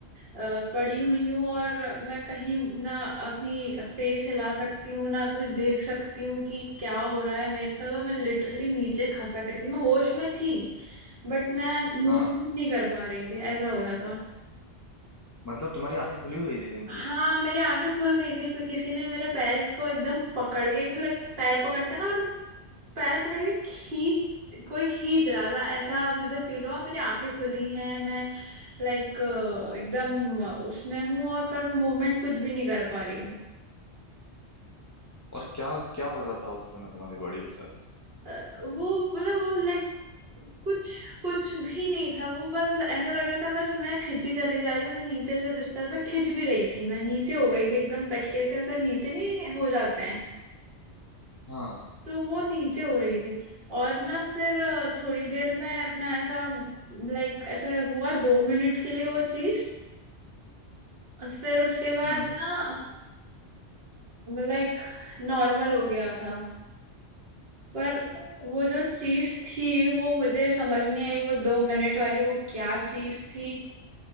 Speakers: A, on the right; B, on the left.
A: अ, पड़ी हुई हूँ और मैं कहीं ना अपनी फेस हिला सकती हूँ ना कुछ देख सकती हूँ कि क्या हो रहा है मेरे साथ और मैं लिटरली नीचे खसक रही थी मैं होश में थी बट मैं मूव
B: हाँ
A: नहीं कर पा रही थी ऐसा हो रहा था
B: मतलब तुम्हारी आंखें खुली हुई थी
A: हाँ
B: थी
A: मेरी आंखें खुल गई थी कोई किसी ने मेरे पैर को एकदम पकड़ के जो लाइक पैर पकड़ते ना और पैर पकड़ के खींच कोई खींच रहा था ऐसा मुझे फील हुआ मेरी आंखें खुली हैं मैं लाइक एकदम उसमें हूँ और पर मैं मूवमेंट कुछ भी नहीं कर पा रही हूँ
B: और क्या क्या हो रहा था उस समय तुम्हारी बॉडी के साथ
A: अ, वो मतलब वो लाइक कुछ कुछ भी नहीं था वो बस ऐसा लग रहा था बस मैं खिंची चली जा रही हूँ मैं नीचे से बिस्तर पे खिंच भी रही थी मैं नीचे हो गई थी एकदम तकिए से ऐसा नीचे नहीं हो जाते हैं
B: हाँ
A: तो वो नीचे हो रही थी और ना फिर अ, थोड़ी देर में अपना ऐसा लाइक ऐसा हुआ दो मिनट के लिए वो चीज फिर उसके बाद
B: हम्म
A: ना लाइक नॉर्मल हो गया था पर वो जो चीज थी वो मुझे समझ नहीं आई वो दो मिनट वाली वो क्या चीज थी